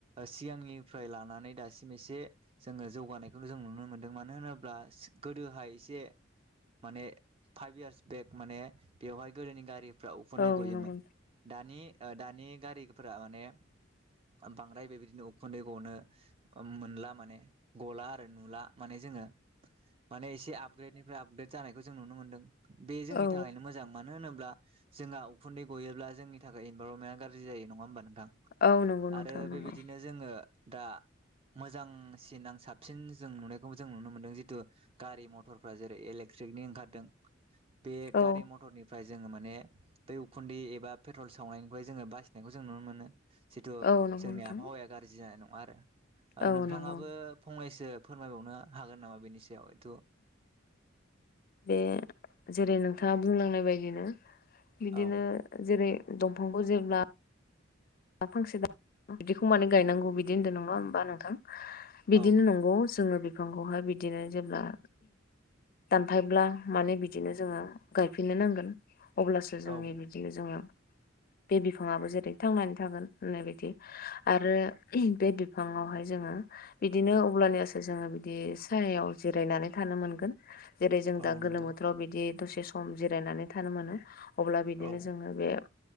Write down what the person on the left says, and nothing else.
औ
नंगौ नोंथां
औ
औ नंगौ नोंथां
नंगौ
औ
औ नंगौ
नोंथां
औ
नंगौ
बे जेरै नोंथाङा बुंलांनाय बायदिनो बिदिनो
जेरै दंफांखौ जेब्ला दा फांसे दा बिदिखौ माने गायनांगौ बिदि होन्दों नङा होमबा नोंथां? बिदिनो
नंगौ जोङो बिफांखौहाय बिदिनो जेब्ला दानफायब्ला माने बिदिनो जोङो गायफिननो नांगोन। अब्लासो जोंनि
बिदि जोङो बे बिफाङाबो जेरै थांनानै था गोन होननाय बदि आरो बे बिफाङावहाय जोङो बिदिनो अब्लानियासो जोङो बिदि सायायाव जिरायनानै थानो मोनगोन। जेरै जों
दा
गोलोम बोथोराव बिदि दसे सम जिरायनानै थानो मोनो। अब्ला बिदिनो
जोङो बे